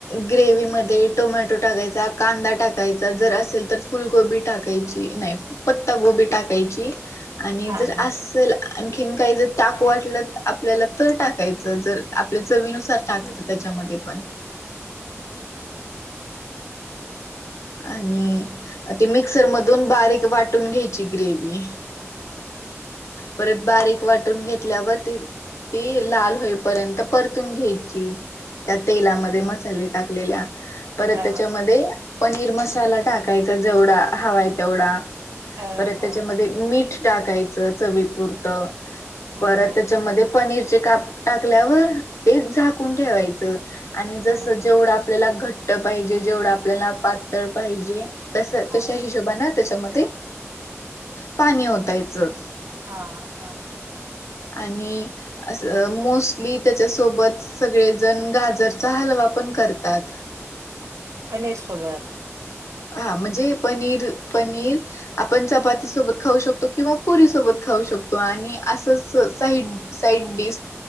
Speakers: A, on the left; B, on the right.
A: ग्रेव्ही मध्ये टोमॅटो टाकायचा, कांदा टाकायचा, जर असेल तर फुलगोबी टाकायची नाही पत्ता गोबी टाकायची आणि
B: हा
A: जर
B: हा
A: अस्सल आणखीन काही जर टाकू वाटलं आपल्याला तर टाकायचं जर आपल्या चवीनुसार टाकायचं, त्याच्यामध्ये पण आणि, ती मिक्सर मधून बारीक वाटून घ्यायची ग्रेव्ही परत बारीक वाटून घेतल्यावर ती ती लाल होईपर्यंत परतून घ्याय त्या तेलामध्ये मसाले टाकलेल्या परत
B: हा
A: त्याच्यामध्ये
B: हा
A: पनीर मसाला टाकायचा जेवढा हवाय तेवढा
B: हा
A: परत
B: हा.
A: त्याच्यामध्ये मीठ टाकायचं चविपुरत
B: हम्म
A: परत त्याच्यामध्ये पनीर काप टाकल्यावर ते झाकून ठेवायचं आणि जसं
B: हम्म
A: जेवढं आपल्याला घट ट्ट पाहिजे जेवढं आपल्याला पातळ पाहिजे तस
B: हम्म
A: तश हिशोबाना
B: हम्म.
A: त्याच्यामध्ये पाणी ओतायचं
B: हा हा
A: आणि- अस- मोस्टली त्याच्यासोबत सगळेजण गाजरचा हलवा पण करतात.
B: पनीर सोबत
A: हा म्हणजे पनीर पनीर आपण चपाती सोबत खाऊ शकतो किंवा पुरी सोबत खाऊ शकतो आणि असं साईड -साईड डि